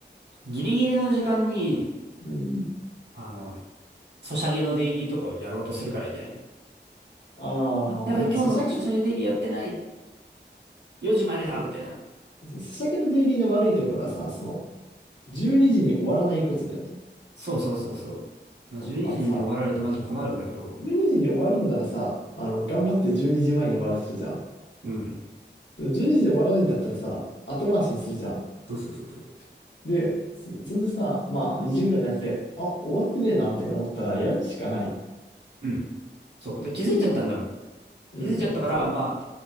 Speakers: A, on the right; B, on the left.
A: ギリギリの時間に、
B: うん。
A: あの、ソシャゲのデイリーとかをやろうとするからいけない。
B: ああ、
A: あ、やばい、
B: なんか、
A: 今日のソシャゲデイリーやってない。
B: ソシャゲの、
A: 4時までだってなる。
B: そ、ソシャゲのデイリーの悪いところはさ、その、12時にじに終わらないことだよね。
A: そうそうそうそうそう。まあ、12時にじに終わられるとマジ困るんだけど。
B: あのさ、12時にじに終わるんならさ、あの、頑張って12時前にじまえに終わらせるじゃん。
A: うん。
B: でも12時にじに終わらないんだったらさ、後回しにするじゃん。
A: そうそうそうそう。
B: で、そそれでさ、まあ、2時ぐらいになって、あ、終わってねえな、みたいな思ったら、やるしかない。
A: うん。そう。で、気づいちゃったんだもん。
B: うん、うんそ
A: 気づいちゃったから、まあ、